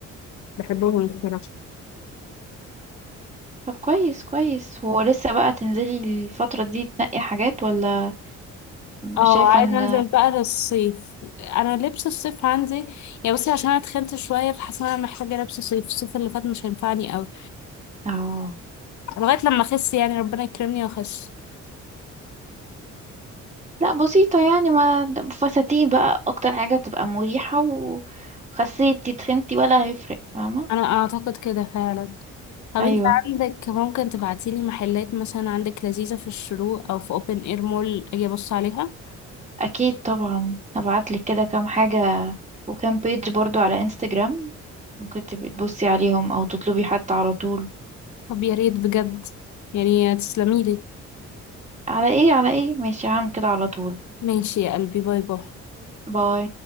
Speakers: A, on the left (about 70°); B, on the right (about 25°).
A: فبحبهم الصراحة
B: طب كويس كويس هو لسه بقى تنزلي الفترة دي تنقي حاجات ولا
A: اه
B: شايفة
A: عايزة
B: ان
A: انزل بقى للصيف انا لبس الصيف عندي يعني بصي عشان انا اتخنت شوية فحاسة ان انا محتاجة لبس صيف الصيف اللي فات مش هينفعني قوي
B: اه
A: لغاية لما اخس يعني ربنا يكرمني واخس
B: لا بسيطة يعني ما فساتين بقى اكتر حاجة تبقى مريحة وخسيت دي تخنتي ولا هيفرق فاهمة
A: انا اعتقد كده فعلا طب
B: ايوه
A: انت عندك ممكن تبعتيلي محلات مثلا عندك لذيذة في الشروق او في اوبن اير مول اجي ابص عليها
B: اكيد طبعا هبعتلك كده كام حاجة وكام بيج برضو على انستجرام ممكن تبقي تبصي عليهم او تطلبي حتى على طول
A: طب يا ريت بجد يعني تسلميلي
B: على ايه على ايه ماشي هعمل كده على طول
A: ماشي يا قلبي باي باي
B: باي